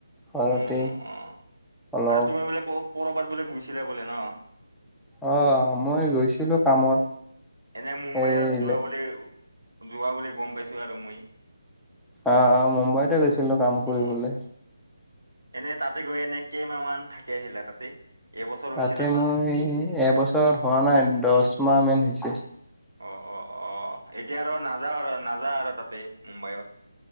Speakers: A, in the centre; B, on the right.
A: ঘৰতে,
B: অ অ অ
A: অলপ
B: আৰু তুমি বোলে ক কৰ'বাত বোলে গৈছিলা বোলে ন?
A: অ', মই গৈছিলো কামত।
B: এনে মুম্বায়ত
A: এই
B: যোৱা বুলি, যোৱা বুলি গম পাইছো আৰু মই।
A: অ', অ', মুম্বাইতে গৈছিলো কাম কৰিবলে।
B: অ এনে তাতে গৈ এনে কেইমাহ মান থাকি আহিলা তাতে? এবছৰ হৈছে
A: তাতে
B: না হোৱা
A: মই
B: নাই
A: এবছৰত হোৱা নাই, দছ মাহ মান হৈছে।
B: অ', অ', অ', এতিয়া আৰু নাযাৱ আৰু নাযাৱ আৰু তাতে, মুম্বায়ত?